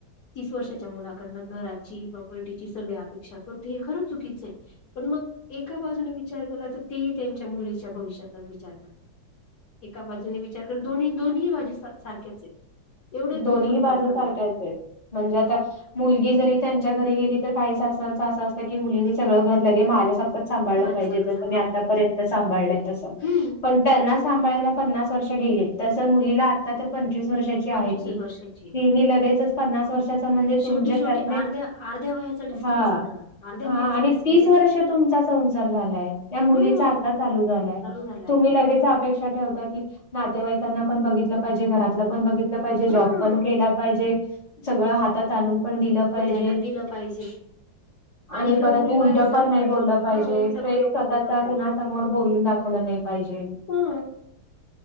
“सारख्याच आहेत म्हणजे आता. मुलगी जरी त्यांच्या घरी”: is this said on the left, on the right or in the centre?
Left